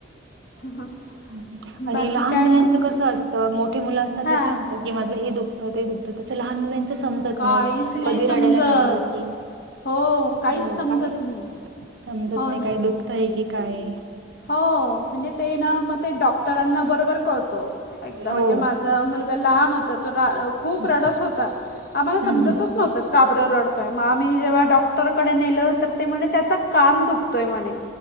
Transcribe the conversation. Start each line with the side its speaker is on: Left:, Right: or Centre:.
Left: हां
Right: हम्म. आणि
Left: बाकी
Right: लहान
Left: काय
Right: मुलांच
Left: मग?
Right: कस असतं मोठे मुलं असतात
Left: हां.
Right: ते सांगतात की माझं हे दुखतं ते दुखतं तस लहान मुलांच समजत
Left: काहीच
Right: नाही
Left: नाही
Right: कधी
Left: समजत.
Right: रडायला लागले की
Left: हो
Right: हो
Left: काहीच समजत
Right: काय
Left: नाही.
Right: समजत
Left: हो
Right: नाही काही
Left: ना.
Right: दुखतय की काय
Left: हो म्हणजे ते ना मग ते डॉक्टरांना बरोबर कळत एकदा
Right: हो.
Left: म्हणजे माझ मु लहान होता तो खूप
Right: हम्म
Left: रडत होता आम्हाला समजतच
Right: हम्म.
Left: नव्हतं का बर रडतोय मग आम्ही जेव्हा डॉक्टरकडे नेलं ते म्हने त्याचा कान दुखतोय म्हने